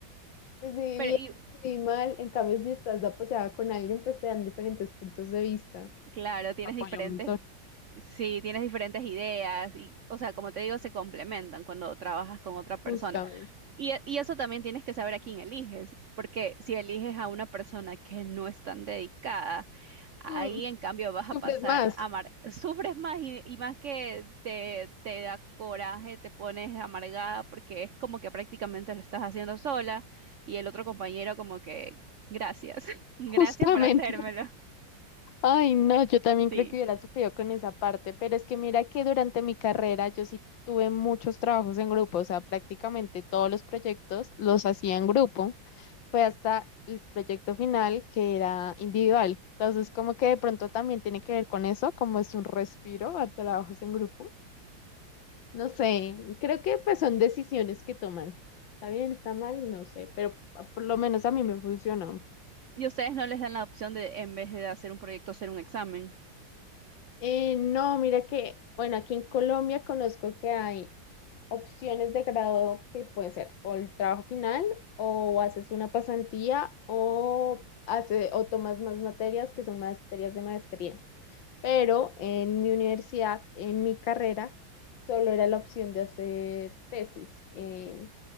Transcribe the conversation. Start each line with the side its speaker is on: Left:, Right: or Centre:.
Left: Decidí
Right: Pero
Left: bien,
Right: y
Left: decidí mal, en cambio si estás apoyada con alguien, pues te dan diferentes puntos de vista.
Right: claro, tienes
Left: Apoya
Right: diferentes,
Left: un montón,
Right: sí, tienes diferentes ideas y, o sea, como te digo, se complementan cuando trabajas con otra persona.
Left: justamente.
Right: Y, e- y eso también tienes que saber a quién eliges, porque si eliges a una persona que no es tan dedicada, ahí
Left: Mm,
Right: en cambio vas
Left: sufres
Right: a pasar
Left: más.
Right: a amar, <laughs> sufres más y, y más que te, te da coraje, te pones amargada porque es como que prácticamente lo estás haciendo sola y el otro compañero como que gracias, <laughs> gracias
Left: Justamente.
Right: por hacérmelo.
Left: Ay, no, yo también creo
Right: Sí.
Left: que hubiera sufrido con esa parte, pero es que mira que durante mi carrera yo sí tuve muchos trabajos en grupo, o sea, prácticamente todos los proyectos los hacía en grupo, fue hasta el proyecto final que era individual. Entonces, como que de pronto también tiene que ver con eso, como es un respiro a trabajos en grupo. No sé, creo que pues son decisiones que toman. Está bien, está mal, no sé, pero ah, por lo menos a mí me funcionó.
Right: Y ustedes no les dan la opción de en vez de hacer un proyecto hacer un examen
Left: Eh, no, mira que, bueno, aquí en Colombia conozco que hay opciones de grado que pueden ser o el trabajo final o haces una pasantía o, hace, o tomas más materias que son materias de maestría. Pero en mi universidad, en mi carrera, solo era la opción de hacer tesis. Eh,